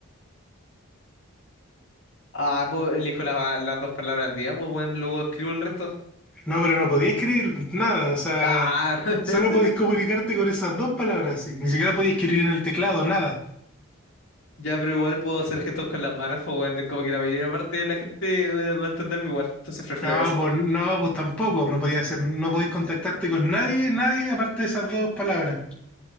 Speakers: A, on the left; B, in the centre.
A: Ah, pues elijo la- las dos palabras al día, pues bueno, luego escribo el resto.
B: No, pero no podías escribir nada, o sea,
A: Ah, <laughs>
B: solo podías comunicarte con esas dos palabras, sí. Ni siquiera podías escribir en el teclado, nada.
A: ya, pero igual puedo hacer gestos con las manos, pues bueno, como que la mayor parte de la gente va va a entenderme igual, entonces prefiero
B: No,
A: eso.
B: pues no, pues tampoco, no podías hacer, no podías contactarte con nadie, nadie aparte de esas dos palabras.